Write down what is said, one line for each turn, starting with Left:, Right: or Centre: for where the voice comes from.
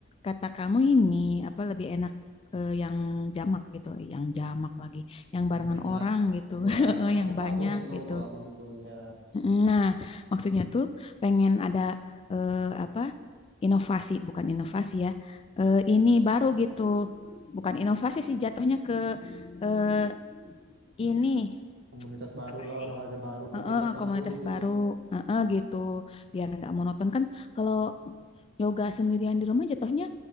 Left: kata kamu ini apa lebih enak eh, yang jamak gitu, Eh, yang jamak lagi, yang
Right: Yang
Left: barengan
Right: banyak.
Left: orang gitu,
Right: Iya,
Left: <laughs>
Right: kalau
Left: yang
Right: aku kalau
Left: banyak
Right: aku gitu,
Left: gitu.
Right: kalau aku gitu ya
Left: Mm, Nah, maksudnya tuh pengen ada eh, apa inovasi, bukan inovasi ya, Eh, ini baru gitu, bukan inovasi sih jatuhnya ke eh, ini
Right: komunitas baru
Left: Apa
Right: lah,
Left: sih?
Right: olahraga baru, kegiatan
Left: eh,
Right: baru
Left: komunitas
Right: gitu.
Left: baru, eh, eh, gitu, biar nggak monoton kan kalau yoga sendirian di rumah jatuhnya